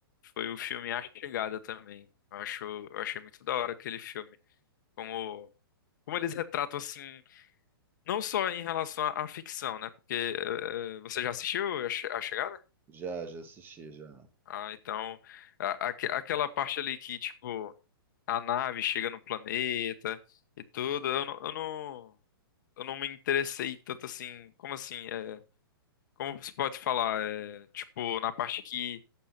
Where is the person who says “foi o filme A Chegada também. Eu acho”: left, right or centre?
Left